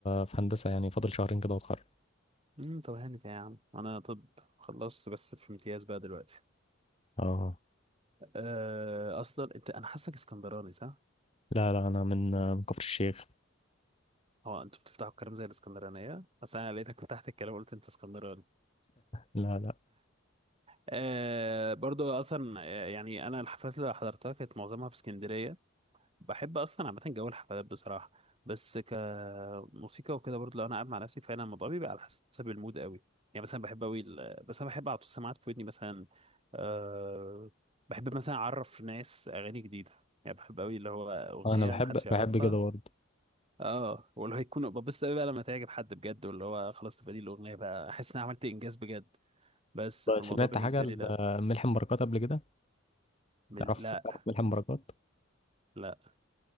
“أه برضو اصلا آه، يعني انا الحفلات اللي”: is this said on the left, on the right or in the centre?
Right